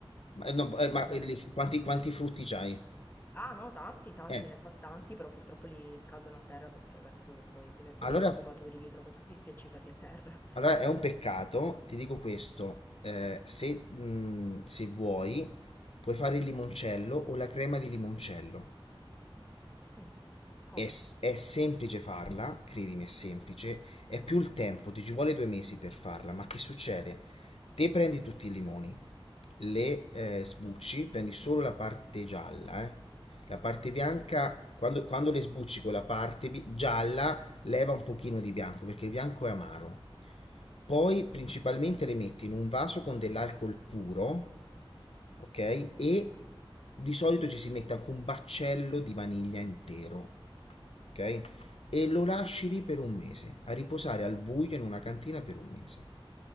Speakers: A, on the left; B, on the left.
A: Ma, eh, no, eh,
B: un
A: ma
B: alberello
A: eh, li-
B: solo.
A: quanti, quanti frutti c'hai?
B: Ah no, tanti, tanti,
A: Eh,
B: ne fa tanti, però purtroppo li cadono a terra perché penso che poi diventano
A: allora...
B: troppo maturi, li trovo tutti spiaccicati a terra.
A: Allora, è un peccato, ti dico questo, eh, se, mh, se vuoi puoi fare il limoncello o la crema di limoncello.
B: Mm, come?
A: È, s- è semplice farla, credimi, è semplice, è più il tempo, ti ci vuole due mesi per farla, ma che succede? Te prendi tutti i limoni, le eh, sbucci, prendi solo la parte gialla, eh. La parte bianca, quando, quando le sbucci con la parte bi- gialla, leva un pochino di bianco, perché il bianco è amaro. Poi principalmente le metti in un vaso con dell'alcol puro, ok? E di solito ci si mette anche un baccello di vaniglia intero, ok? E lo lasci lì per un mese, a riposare al buio in una cantina per un mese.